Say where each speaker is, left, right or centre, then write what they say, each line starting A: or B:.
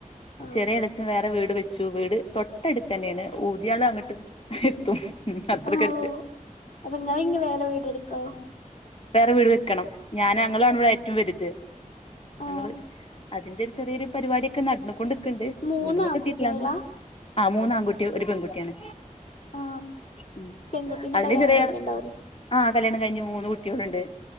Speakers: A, on the left; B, on the left.
A: ആ
B: ചെറിയ എളച്ചം വേറെ വീട് വെ ച്ചു വീട് തൊട്ടടുത്ത് തന്നെയാണ് ഊതിയാള അങ്ങട്ട്എത്തും ളം അത്രക്കടുത്ത്
A: ആ ഓ അപ്പൊ ഇങ്ങള് ഇനി വേറെ വീടെടുക്കോ
B: വേറെ വീട് വെക്കണം ഞാൻ ഞങ്ങളാണ് ഇവിടെ ഏറ്റവും വരുത്
A: ആ
B: ഞങ്ങള് അതിന്റെ ഒരു ചെറിയൊരു പരിപാടിയൊക്കെ നടന്നുകൊണ്ട്ക്ക്ണ്ട്
A: മൂന്ന്
B: വീട് മക്ക്
A: ആൺകുട്ടികളാ
B: എത്തീട്ടില്ലാന്ന ആഹ് മൂന്ന ആൺകുട്ടി ഒരു പെൺകുട്ടിയാണ്
A: ആ
B: ഉം
A: പെൺകുട്ടീന്റെ
B: അതിന്
A: കല്യാണം
B: ചെറിയ
A: കഴിഞ്ഞിണ്ടാവൂലേ
B: ആഹ് കല്ല്യാണം കഴിഞ്ഞ് മൂന്ന് കുട്ടിയോളുണ്ട്